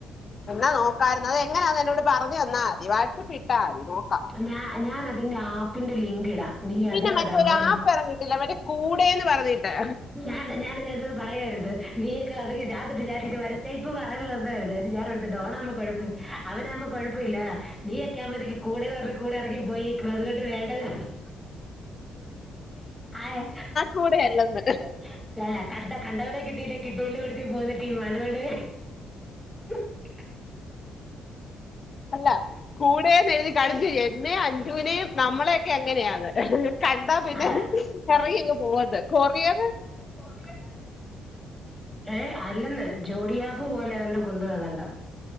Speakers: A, on the left; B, in the centre.
A: എന്നാ നോക്കാരുന്നു അത് എങ്ങനാന്ന് എന്നോട് പറഞ്ഞ് തന്നാതി വാട്സാപ്പിഇട്ടാതി നോക്കാം
B: ഞാ ഞാനതിന്റെ ആപ്പിന്റെ ലിങ്ക് ഇടാം നീ
A: പിന്നെ
B: അത്
A: മറ്റേ
B: ഡൗൺലോഡ്
A: ഒരു
B: ചെയ്യ്
A: ആപ്പ് ഇറങ്ങിയിട്ടില്ലേ മറ്റേ കൂടെന്ന് പറഞ്ഞിട്ട്
B: <unintelligible> പറയുവാരുന്നു <unintelligible> ഡോണാകുമ്പോ കൊഴപ്പയില്ല അവനാവുമ്പ കൊഴപ്പയില്ല നീ എക്കെ ആകുമ്പത്തേക്ക് കൂടെന്നു പറഞ്ഞു കൂടെ എറങ്ങി പോയി അതുകൊണ്ട് വേണ്ടത് ആഹ്
A: കൂടെയല്ലന്ന്
B: <unintelligible> കണ്ട കണ്ടവരെ കിട്ടിയില്ല കിട്ടിയവൻ്റെക്കൂട്ടത്തി പോകുന്നടീമാ അതുകൊണ്ട് <unintelligible>
A: അല്ല കൂടെന്നെഴുതി കാണിച്ചു എന്നേ അഞ്ചുവിനേം നമ്മളെയൊക്കെ അങ്ങനെയാണ് കണ്ടാ പിന്നെ
B: ആ
A: എറങ്ങിയങ്ങ് പോവന്നു <unintelligible>
B: <unintelligible> കൊറിയന്നു തന്നെല്ലേ ഏഹ് അല്ലന്ന് ജോടിയാപ്പ് പോലെ ഏതാണ്ട് കുന്തം ഏതാണ്ട